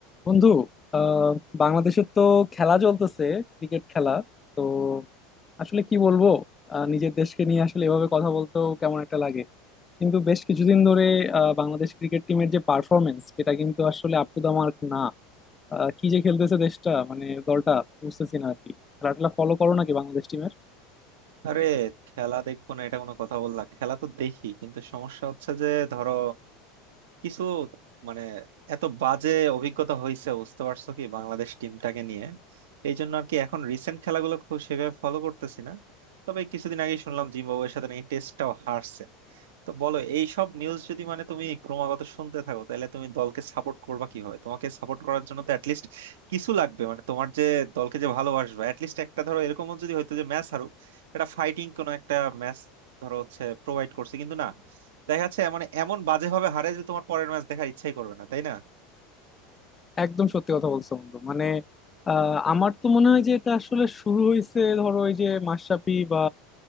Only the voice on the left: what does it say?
বন্ধু আহ বাংলাদেশের তো খেলা চলতেছে ক্রিকেট খেলা তো আসলে কি বলবো আহ, নিজের দেশকে নিয়ে আসলে এভাবে কথা বলতেও কেমন একটা লাগে কিন্তু বেশ কিছুদিন ধরে আহ, বাংলাদেশ ক্রিকেট টিমের যে পারফরমেন্স সেটা কিন্তু আসলে আপ টু দা মার্ক না আহ, কি যে খেলতেছে দেশটা মানে দলটা বুঝতেছি না আর কি খেলাটা ফলো করো নাকি বাংলাদেশ টিমের
একদম সত্যি কথা বলছো বন্ধু মানে আহ, আমার তো মনে হয় যে এটা আসলে শুরু হয়েছে ধরো ওই যে মাশরাফি বা